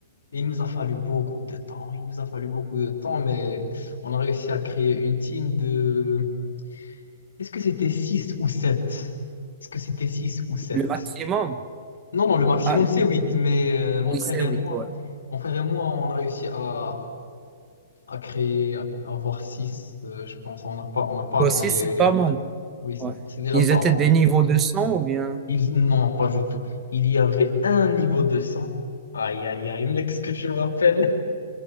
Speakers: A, on the left; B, on the right.
A: Il nous a fallu beaucoup de temps. Il nous a fallu beaucoup de temps, mais on a réussi à créer une team de... Est-ce que c'était 6 ou sept Est-ce que c'était 6 ou sept
B: Le maximum?
A: Non, non, le maximum
B: Ah,
A: c'est 8. mais euh, mon
B: oui,
A: frère
B: c'est
A: et
B: oui,
A: moi,
B: ouais.
A: mon frère et moi, on a réussi à, à créer, à à avoir 6, je pense. On n'a pas, on n'a pas
B: Bah,
A: atteint
B: aussi,
A: les,
B: c'est
A: les
B: pas
A: 8.
B: mal.
A: Oui, c'est
B: Ouais.
A: c'est déjà
B: Ils
A: pas
B: étaient
A: mal.
B: des niveaux de son ou bien?
A: Ils- Non, pas du tout. Il y avait un niveau de sang. Aïe, aïe, aïe, mec, ce que tu me rappelles.